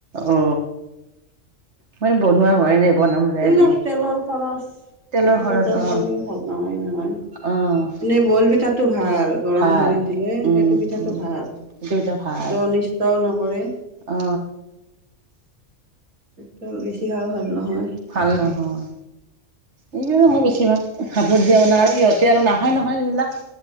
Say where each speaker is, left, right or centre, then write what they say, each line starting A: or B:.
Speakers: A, on the right; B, on the right.
A: অ মই বনোৱা হোৱাই নাই। বনাম ৰ
B: এইবিলাক
A: এদিন
B: তেলৰ খৰচ।
A: তেলৰ
B: বেছিকে
A: খৰচ
B: তেল
A: অ
B: খালি ভাল নহয় নহয়
A: অ
B: এনেই বইল পিঠাটো ভাল। গৰম
A: ভাল
B: পানীত দিলে
A: উম
B: সেইটো পিঠাটো
A: উম
B: ভাল সেইটো
A: এতিয়া ভাল
B: অনিষ্টও নকৰে।
A: অ।
B: তেল বেছি খাৱও ভাল নহয়।
A: ভাল নহয়। এই মই বেছিভাগ ভাপত দিয়া বনাই আৰু ইিহঁতে আৰু নাখায় নহয় এইবিলাক।